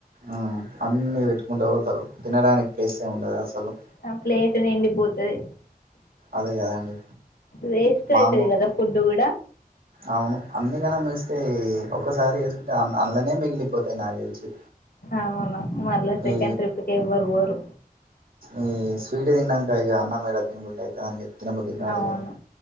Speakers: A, on the right; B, on the left.
A: ఆ అన్ని పెట్టుకుంట పోతారు తినడానికి ప్లేసే ఉండదు అసలు
B: ఆ ప్లేట్ నిండిపోతది
A: అదే కదండి
B: వేస్ట్
A: మామూలు
B: అయితది కదా ఫుడ్డు కూడా
A: అవును అన్నిగానం వేస్తే ఒక్కసారి వేసుకుంటే అన్ ఆన్ల నే మిగిలిపోతాయి నాక్ తెలిసి
B: అవును మల్ల సెకెండ్
A: ఈ
B: ట్రిప్కి ఎవర్వోరు
A: ఈ స్వీట్ తిన్నాంక ఇక అన్నం ఏడ తినబుద్ది అయితదండి తినబుది కాదు
B: అవును
A: కదా